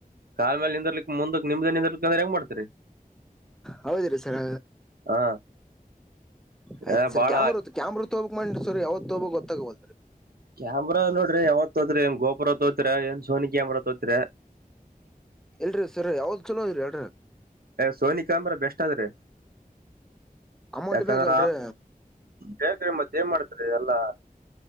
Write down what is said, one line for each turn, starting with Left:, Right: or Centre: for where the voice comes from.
Right: ಕಾ ಮೇ ನಿಂದರ್ಲಿಕ್ ಮುಂದಕ್ ನಿಮ್ದ ನಿಂದಲಿ ಅಂದ್ರೆ ಹೆಂಗ ಮಾಡ್ತೀರಿ.
Centre: ಹೌದಿರ ಸರ್
Right: ಹಾ
Centre: ಆಯ್ತ
Right: ಏ
Centre: ಸ
Right: ಬಾಳ
Centre: ಕಾಮ ಬರುತ್ತ ಕಾಮ್ ಬರುತ್ತ ಹೋಗಕ್ ಮ ರ್ ಯಾವತ್ ತೋಬ ಗೊತ್ತಾಗಬಲ್ದರಿ
Right: ಕ್ಯಾಮ್ರಾ ನೋಡ್ರಿ ಯಾವತ್ ತೋತ್ ಏನ್ ಗೋಪುರ ತೋತ್ ಏನ್ ಸೋನಿ ಕ ಅಾಮ್ರ ತೋತ್.
Centre: ಎಲ್ರಿ ಸರ್ ಯಾವ್ದ್ ಚಲೋ ಇದ್ರರಿ ಎಲ್ರಿ
Right: ಸೋನಿ ಕಾಮ್ರ ಬೆಸ್ಟ್ದ್ರೆ
Centre: ಅಮೌಂಟ್
Right: ಯಾಕಂದ್ರ
Centre: ಬೇಕಲ್ರಿ
Right: ಬೇಕ್ರ ಮತ್ತೆ ಏನ್ ಮಾಡ್ತರಿ ಎಲ್ಲಾ.